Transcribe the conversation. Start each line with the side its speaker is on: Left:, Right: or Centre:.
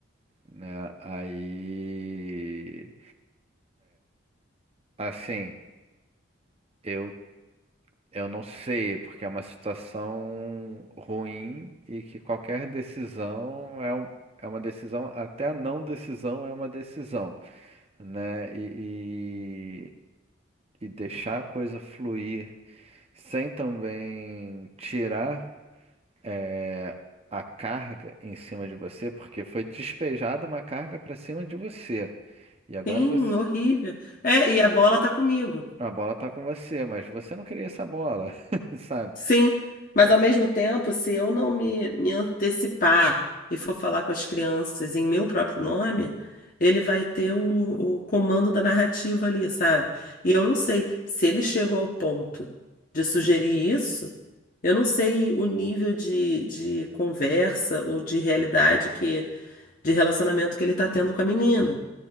Right: né? Aí, assim, eu eu não sei, porque é uma situação ruim e que qualquer decisão é, um- é uma decisão, até a não decisão é uma decisão, né? E, e, e deixar a coisa fluir sem também tirar. É, a carga em cima de você, porque foi despejada uma carga para cima de você. E agora
Left: Sim,
Right: você,
Left: horrível. É, e a bola tá comigo.
Right: a bola tá com você, mas você não queria essa bola, <laughs> sabe?
Left: Sim, mas
Right: Então,
Left: ao mesmo tempo, se eu não me, me antecipar e for falar com as crianças em meu próprio nome, ele vai ter o, o comando da narrativa ali, sabe? E eu não sei se ele chegou ao ponto de sugerir isso, eu não sei o nível de, de conversa ou de realidade que, de relacionamento que ele tá tendo com a menina.